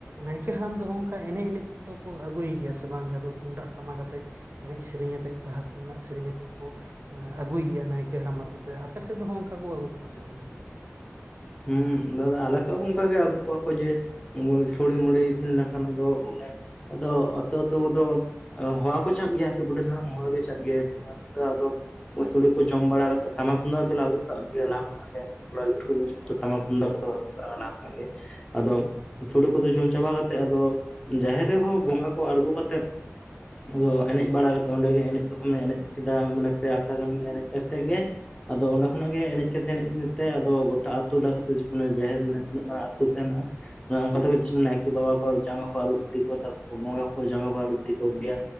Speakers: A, on the right (about 50°); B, on the left (about 20°).
A: ᱱᱟᱭᱠᱮ ᱦᱟᱲᱟᱢ ᱫᱚ ᱦᱚᱝᱠᱟ ᱮᱱᱮᱡ ᱮᱱᱮᱡ ᱛᱮᱫᱚ ᱠᱚ ᱟᱹᱜᱩᱭ ᱜᱮᱭᱟ ᱥᱮ ᱵᱟᱝ ᱡᱟᱦᱟᱸ ᱫᱚ ᱛᱩᱱᱫᱟᱜ ᱴᱟᱢᱟᱠ ᱟᱛᱮᱜ ᱮᱱᱮᱡ ᱥᱮᱨᱮᱧ ᱟᱛᱮᱫ ᱵᱟᱦᱟ ᱨᱮᱱᱟᱜ ᱥᱮᱨᱮᱧ ᱟᱛᱮᱜ ᱠᱚ ᱟᱹᱜᱩᱭᱟᱭ ᱱᱟᱭᱠᱮ ᱦᱟᱲᱟᱢ ᱟᱛᱩ ᱛᱮ ᱟᱯᱮ ᱥᱮᱫ ᱦᱚ ᱚᱱᱠᱟ ᱠᱚ ᱟᱹᱜᱩ ᱠᱚᱣᱟ ᱥᱮ ᱵᱟᱝᱟ
B: ᱦᱩᱸ ᱟᱫᱚ ᱟᱞᱮ ᱥᱮᱫ ᱦᱚᱸ ᱚᱱᱠᱟ ᱜᱮ ᱟᱹᱜᱩ ᱠᱚᱣᱟ ᱠᱚ ᱡᱮ ᱥᱚᱲᱮ ᱢᱚᱲᱮ ᱤᱥᱤᱱ ᱞᱮᱠᱟᱱᱟᱜ ᱫᱚ ᱢᱟᱱᱮ ᱟᱫᱚ ᱟᱹᱛᱩ ᱟᱹᱛᱩ ᱫᱚ ᱦᱚᱣᱟ ᱠᱚ ᱪᱟᱜ ᱜᱮᱭᱟ ᱜᱚᱰᱮᱛ ᱫᱟᱲᱟᱢ ᱦᱚᱣᱟ ᱜᱮ ᱪᱟᱜ ᱜᱮᱭᱟᱭ ᱛᱚ ᱟᱛᱮ ᱟᱫᱚ ᱥᱚᱲᱮ ᱡᱚᱢ ᱵᱟᱲᱟ ᱠᱟᱛᱮ ᱴᱟᱢᱟᱠ ᱛᱩᱢᱫᱟᱜ ᱫᱚᱞᱮ ᱟᱹᱜᱩ ᱠᱫ ᱜᱮᱭᱟ ᱞᱟᱦᱟ ᱠᱷᱚᱱᱟᱜ ᱜᱮ ᱠᱚᱲᱟ ᱜᱤᱫᱽᱨᱟᱹ ᱠᱚᱫᱚ ᱡᱚᱛᱚ ᱴᱟᱢᱟᱠ ᱛᱩᱢᱫᱟᱜ ᱠᱚᱫᱚ ᱚᱱᱟ ᱠᱚᱜᱮ ᱟᱫᱚ ᱥᱚᱲᱮ ᱠᱚᱫᱚ ᱡᱚᱢ ᱪᱟᱵᱟ ᱠᱟᱛᱮᱜ ᱟᱫᱚ ᱡᱟᱦᱮᱨ ᱨᱮᱦᱚᱸ ᱵᱚᱸᱜᱟ ᱠᱚ ᱟᱬᱜᱚ ᱠᱟᱛᱮᱫ ᱟᱫᱚ ᱮᱱᱮᱡ ᱵᱟᱲᱟ ᱠᱚᱫᱚ ᱚᱸᱰᱮ ᱜᱮ ᱮᱱᱮᱡ ᱯᱨᱚᱛᱷᱚᱢ ᱞᱮ ᱮᱱᱮᱡ ᱠᱮᱫᱟ ᱢᱟᱱᱮ ᱯᱮ ᱟᱠᱷᱲᱟ ᱜᱟᱱ ᱮᱱᱮᱡ ᱠᱟᱛᱮᱜ ᱜᱮ ᱟᱫᱚ ᱚᱸᱰᱮ ᱠᱷᱚᱱᱟᱜ ᱜᱮ ᱮᱱᱮᱡ ᱠᱟᱛᱮ ᱮᱱᱮᱡ ᱛᱮ ᱟᱫᱚ ᱜᱚᱴᱟ ᱛᱩᱞᱟᱹ ᱠᱟᱛᱮ ᱡᱚᱠᱷᱚᱱᱮ ᱡᱟᱦᱮᱨ ᱢᱟᱱᱮ ᱛᱤᱱᱟᱹᱜ ᱢᱟᱨᱟᱝ ᱟᱹᱛᱩ ᱛᱮ ᱦᱮᱸᱱᱟᱜ-ᱟ ᱱᱚᱣᱟ ᱠᱚᱫᱚ ᱱᱟᱭᱠᱮ ᱵᱟᱵᱟ ᱠᱚ ᱡᱟᱸᱜᱟ ᱠᱚ ᱟᱹᱨᱩᱵ ᱤᱫᱤ ᱠᱚᱣᱟ ᱛᱚᱨ ᱯᱚᱨᱮ ᱵᱚᱸᱜᱟ ᱠᱚ ᱡᱟᱸᱜᱟ ᱠᱚ ᱟᱹᱨᱩᱵ ᱤᱫᱤ ᱠᱚ ᱜᱮᱭᱟ